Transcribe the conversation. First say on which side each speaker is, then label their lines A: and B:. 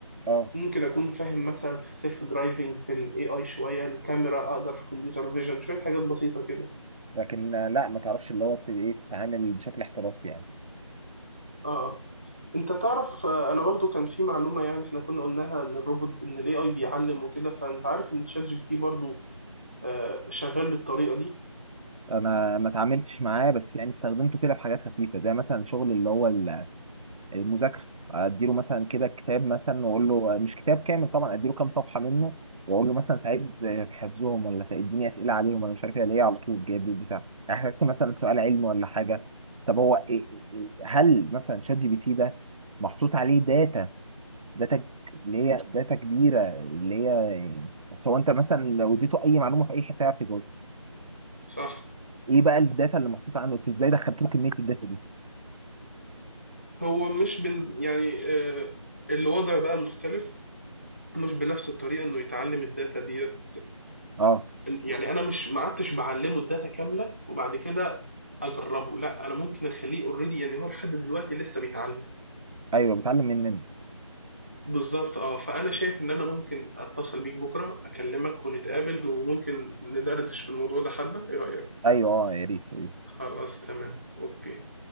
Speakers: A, on the right; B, on the right.
A: اه
B: ممكن اكون فاهم مثلا في السيلف درايفنج في الاي اي شويه الكاميرا اقدر في كمبيوتر فيجن شويه حاجات بسيطه كده
A: لكن آه، لا ما تعرفش اللي هو ت- ايه تتعامل بشكل احترافي يعني
B: اه انت تعرف آه، انا برضو كان في معلومه يعني احنا كنا قلناها ان الروبوت ان الاي اي بيعلم وكده فانت عارف ان تشات جي بي تي برضو آه، شغال بالطريقه دي
A: انا ما اتعاملتش معاه بس يعني استخدمته كده في حاجات خفيفه زي مثلا شغل اللي هو ال- المذاكره اديله مثلا كده كتاب مثلا واقول له مش كتاب كامل طبعا اديله كام صفحه منه واقول له مثلا ساعدني في حفظهم ولا ساعدني اسئله عليهم انا مش عارف ايه ليه على طول جايب لي بتاع احتجت مثلا سؤال علمي ولا حاجه طب هو إيه- إيه- إيه- هل مثلا شات جي بي تي ده محطوط عليه داتا داتا ك- اللي هي داتا كبيره اللي هي بس هو انت مثلا لو اديته اي معلومه في اي حته يعرف يجاوب
B: صح
A: ايه بقى الداتا اللي محطوطه عنه انت ازاي دخلت له كميه الداتا دي
B: هو مش بن يعني آه، الوضع بقى مختلف مش بنفس الطريقه انه يتعلم الداتا ديت
A: اه
B: يعني انا مش ما عدتش بعلمه الداتا كامله وبعد كده اجربه لا انا ممكن اخليه اوريدي يعني هو لحد دلوقتي لسه بيتعلم
A: ايوه بتعلم مننا
B: بالظبط اه فانا شايف ان انا ممكن اتصل بيك بكره اكلمك ونتقابل وممكن ندردش في الموضوع ده حبه ايه رايك
A: ايوه اه يا ريت يا ريت
B: خلاص تمام اوكي